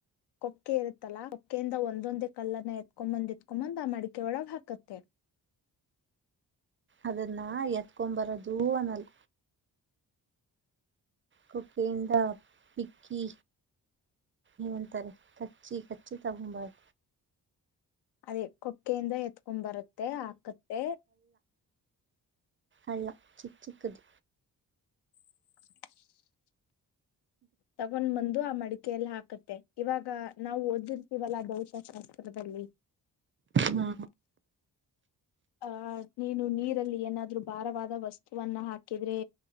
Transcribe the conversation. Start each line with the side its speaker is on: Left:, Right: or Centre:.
Left: ಕೊಕ್ಕೆ ಇರುತ್ತಲಾ ಕೊಕ್ಕೆೆಯಿಂದ ಒಂದೊಂದೇ ಕಲ್ಲನ್ನ ಎತ್ಕೊಂಬಂದ್ ಎತ್ಕೊಂಬಂದ್ ಆ ಮಡಿಕೆ ಒಳಗೆ ಹಾಕತ್ತೆ
Right: ಅದನ್ನ ಎತ್ಕೊ ಬರಂದು ಅನ್ನಲ್ಲ ಕುಕ್ಕೆಯಿಂದ ಪಿಕ್ಕಿ ಏನಂತಾರೆ ಕಚ್ಚಿ ಕಚ್ಚಿ ಬಾದ
Left: ಅದೇ ಕೊಕ್ಕೆೆಯಿಂದ ಎತ್ ಕುಂಬರತ್ತೆ ಆಕತ್ತೆ
Right: ಅಲ್ಲ ಚಿ ಚಿಕ್ಕದ
Left: <unintelligible> ತಗೊಂಡ್ ಬಂದ ದು ಆ ಮಡಿಕೆ ಎಲ್ಲ ಹಾಕತ್ತೆ ಇವಾಗ ನಾವು ಓದಿರ್ತೀವಲ್ಲಾ ಭೌತಶಾಸ್ತ್ರದಲ್ಲಿ
Right: ಹಾ
Left: ಆಹ ನೀನು ನೀರಲ್ಲಿ ಏನಾದ್ರರು ಭಾರವಾದ ವಸ್ತುವನ್ನ ಹಾಕಿದ್ರೆ